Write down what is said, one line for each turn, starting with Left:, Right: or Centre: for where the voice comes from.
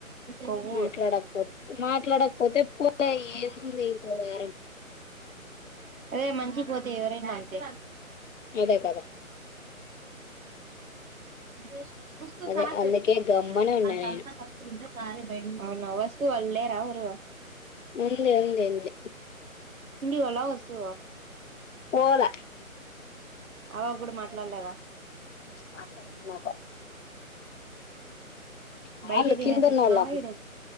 Right: కొవ్వు
Left: మాట్లాడకపోతే మాట్లాడకపోతే పోనియి <unintelligible>
Right: అదే మంచిదైతే ఎవరైనా అంతే
Left: అదే కదా
Right: <unintelligible>
Left: అదే అందుకే గమ్మనే ఉన్నా నేను
Right: నా వస్తు అడ్ లేరా ఎవరు
Left: <unintelligible>
Right: ఉండి ఎలా వస్తావో
Left: లోడ
Right: అవ్వా కూడా మాట్లాడలేదా
Left: మాట్లాడ్తంది వాళ్ళు
Right: బయటే తినేసోచినవా
Left: కిందున్నోళ్ళు
Right: ఈడే